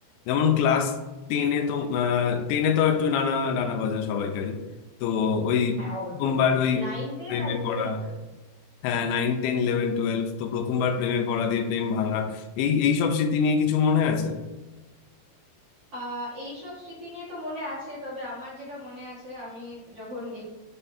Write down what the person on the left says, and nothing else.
যেমন ক্লাস টেনে তো টেনে তো একটু নানা ডানা বাজা সবাইকারই তো ওই
প্রথমবার ওই
প্রেমে
পড়া
হ্যাঁ নাইন টেন ইলেভেন টুয়েলভ তো প্রথমবার প্রেমে পড়া দিয়ে প্রেম ভাঙা এই এই সব স্মৃতি নিয়ে কিছু মনে আছে